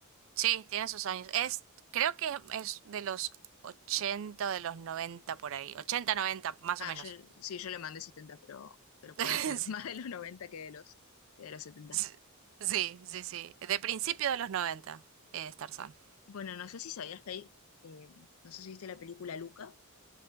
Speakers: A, on the right (about 60°); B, on the left (about 75°).
A: Sí, tiene sus años. Es, creo que es de los 80, de los 90 por ahí. ochenta 90, más
B: Ah,
A: o menos.
B: yo, sí, yo le mandé 70 pero, pero puede
A: <laughs>
B: ser <laughs> más de los 90 que de los, que de los setenta
A: Sí, sí, sí, sí. De principio de los 90. eh, Starzan.
B: Bueno, no sé si sabías que hay, eh, no sé si viste la película Luca,